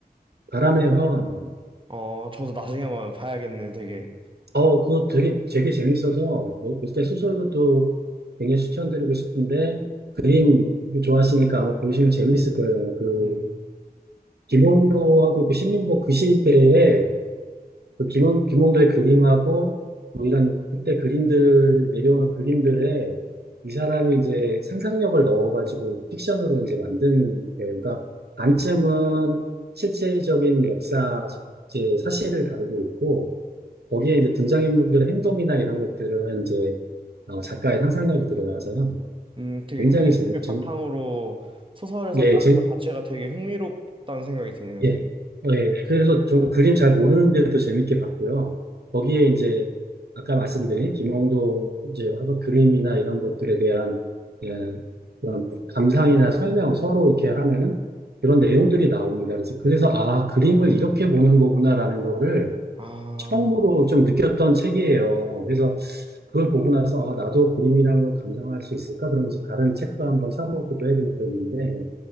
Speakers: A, on the right; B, on the right.
A: 바람의 화원
B: 어, 저도 나중에 한번 봐야겠네요. 되게,
A: 어 그거 되게 되게 재밌어서 뭐 그때 소설로도 굉장히 추천드리고 싶은데 그림 좋아하시니까 아마 보시면 재밌을 거예요. 그
B: 음,
A: 김홍도하고 그 신림보 그 시대에 그 김홍, 김홍도의 그림하고 뭐 이런 그때 그림들 내려오는 그림들에 이 사람이 이제 상상력을 넣어가지고 픽션으로 이제 만든 거예요. 그러니까 반쯤은 실체적인 역사 이제 사실을 다루고 있고 거기에 이제 등장인물들의 행동이나 이런 것들은 이제 어, 작가의 상상력이 들어가서요.
B: 음, 되게
A: 굉장히 재밌,
B: 그림을
A: 재
B: 바탕으로 소설을 썼다는
A: 예, 재,
B: 것 자체가 되게 흥미롭다는 생각이 드네요. 되게.
A: 예. 어, 예. 그래서 저 그림 잘 모르는데도 재밌게 봤고요. 거기에
B: 음,
A: 이제 아까 말씀드린 김홍도 이제 가 그림이나 이런 것들에 대한 예, 그런 감상이나 설명을 서로 이렇게 하는 그런 내용들이 나옵니다. 그래서 그래서 아, 그림을 이렇게 보는 거구나라는 거를
B: 아,
A: 처음으로 좀 느꼈던 책이에요. 그래서 그걸 보고 나서 아, 나도 그림이란 걸 감상할 수 있을까? 그러면서 다른 책도 한번 사보기도 해보고 그랬는데